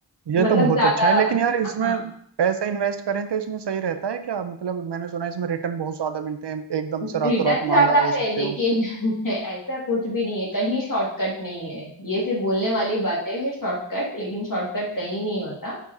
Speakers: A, on the right (about 75°); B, on the left (about 50°).
A: ये
B: मतलब
A: तो बहुत
B: ज्यादा
A: अच्छा है लेकिन यार इसमें
B: हाँ
A: पैसा इन्वेस्ट करें तो इसमें सही रहता है क्या मतलब मैंने सुना है इसमें रिटर्न बहुत ज्यादा मिलते हैं एकदम
B: रिटर्न
A: से रातों रात
B: ज्यादा
A: मालदार हो
B: है
A: सकते
B: लेकिन
A: हो
B: <laughs> ऐसा कुछ भी नहीं है कहीं शॉर्टकट नहीं है ये सिर्फ बोलने वाली बातें हैं शॉर्टकट लेकिन शॉर्टकट कहीं नहीं होता